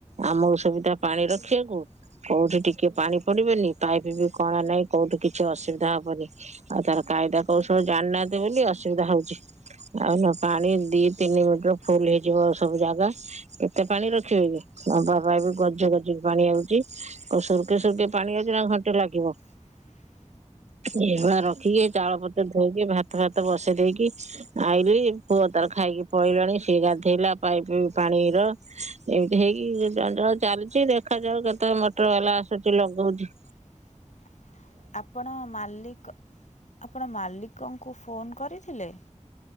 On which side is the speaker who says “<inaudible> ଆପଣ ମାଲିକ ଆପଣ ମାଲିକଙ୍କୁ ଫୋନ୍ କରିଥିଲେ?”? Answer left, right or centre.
Left